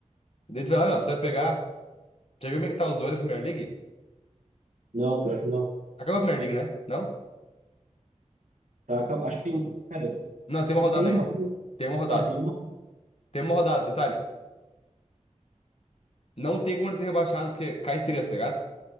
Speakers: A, on the left (about 50°); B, on the right (about 85°).
A: Daí tu vai lá, meu, tu vai pegar. Já viu como é que tá os dois na Premier League?
B: Não, pior que não.
A: Acabou a Premier League, né? Não?
B: Tá, acab- acho que tem, cara, se,
A: Não, tem
B: se
A: uma rodada
B: tem
A: ainda.
B: mais,
A: Tem uma rodada.
B: é, tem uma,
A: Tem uma rodada, detalhe. Não tem como ele ser rebaixado, porque cai três, tá ligado?